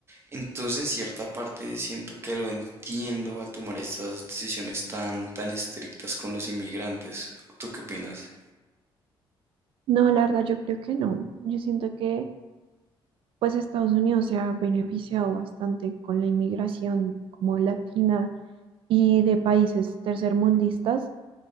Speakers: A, on the right (about 25°); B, on the right (about 70°).
A: Entonces, en cierta parte siento que lo entiendo al tomar estas decisiones tan, tan estrictas con los inmigrantes. ¿Tú qué opinas?
B: No, la verdad yo creo que no. Yo siento que pues Estados Unidos se ha beneficiado bastante con la inmigración como latina y de países tercermundistas,